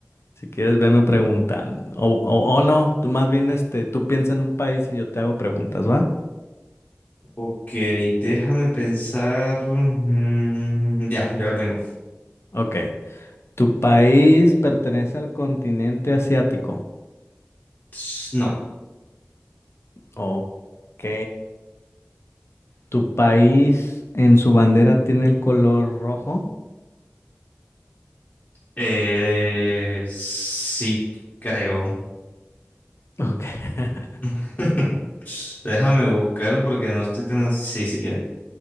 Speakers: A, on the left (about 60°); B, on the left (about 35°).
A: Si quieres, veme preguntando. O, o, o no, tú más bien, este, tú piensa en un país y yo te hago preguntas, ¿va?
B: Ok, déjame pensar. Mm, ya, ya lo tengo.
A: Ok. ¿Tu país pertenece al continente asiático?
B: Ts- No.
A: Ok. ¿Tu país en su bandera tiene el color rojo?
B: Eh, sí, creo.
A: Ok. <laughs>
B: <laughs> Déjame buscar porque no estoy tan... Sí, sí, tiene.